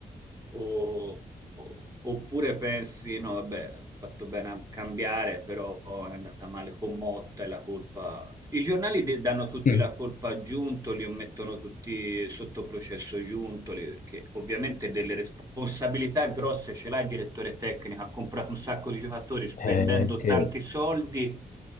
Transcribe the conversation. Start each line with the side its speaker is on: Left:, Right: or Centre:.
Right: O- o- oppure pensi, no, vabbè, ho fatto bene a cambiare, però è andata male con Motta e la colpa... I giornali de- danno tutti
Left: Mm.
Right: la colpa a Giuntoli o mettono tutti sotto processo Giuntoli, perché ovviamente delle responsabilità grosse ce l'ha il direttore tecnico, ha comprato un sacco di giocatori spendendo
Left: Eh, sì.
Right: tanti soldi